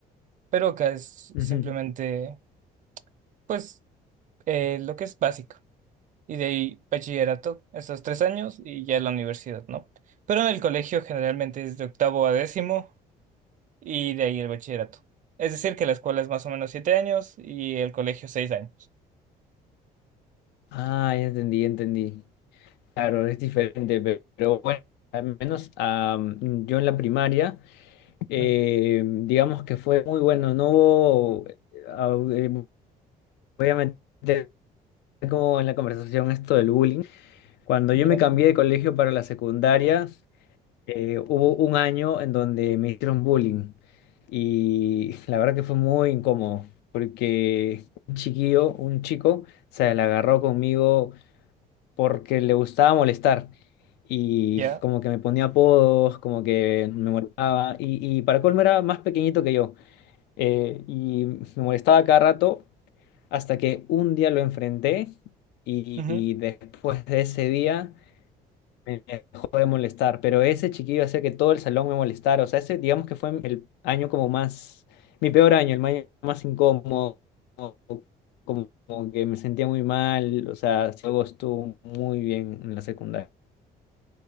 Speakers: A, on the right; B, on the left.
A: pero acá es
B: ujú.
A: simplemente, pues, eh, lo que es básico. Y de ahí bachillerato, esos tres años y ya la universidad, ¿no? Pero en el colegio generalmente es de octavo a décimo y de ahí el bachillerato. Es decir, que la escuela es más o menos siete años y el colegio seis años.
B: Ah, ya entendí, ya entendí. Claro, es diferente, pe- pero bueno, al menos am, yo en la primaria, eh,
A: Ujú.
B: digamos que fue muy bueno, no hubo, eh, au- eh, voy a meter como conversación esto. Cuando
A: Ya,
B: yo me cambié de colegio para la secundaria, eh, hubo un año en donde me hicieron bullying y la verdad que fue muy incómodo porque un chiquillo, un chico, se le agarró conmigo porque le gustaba molestar y
A: ya.
B: como que me ponía apodos, como que me molestaba y, y para colmo era más pequeñito que yo eh, y me molestaba cada rato hasta que un día lo enfrenté y,
A: ujú.
B: y después de ese día me dejó de molestar, pero ese chiquillo hacía que todo el salón me molestara. O sea, ese digamos que fue el año como más, mi peor año, el año más incómodo, como, como que me sentía muy mal. O sea, luego estuvo muy bien en la secundaria.